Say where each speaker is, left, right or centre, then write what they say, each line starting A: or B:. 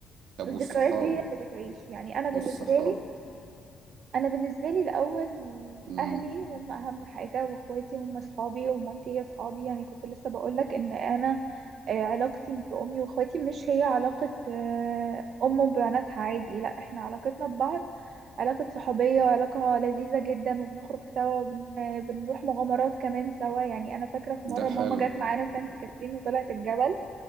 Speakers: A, on the right; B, on the right.
A: طب
B: الذكريات
A: والصحاب
B: دي هي اللي بتعيش يعني انا بالنسبة
A: والصحاب
B: لي انا بالنسبة لي الاول
A: مم.
B: اهلي هم اهم حاجة واخواتي هم اصحابي ومامتي هي اصحابي يعني كنت لسه بقولك ان انا آه، علاقتي بأمي وأخواتي مش هي علاقة آه، أم وبناتها عادي لا احنا علاقتنا ببعض علاقة صحوبية وعلاقة لذيذة جدا وبنخرج سوا وبنروح مغامرات كمان سوا يعني أنا فاكرة في مرة
A: ده
B: ماما
A: حلو
B: جت معانا سانتي كاترين وطلعت الجبل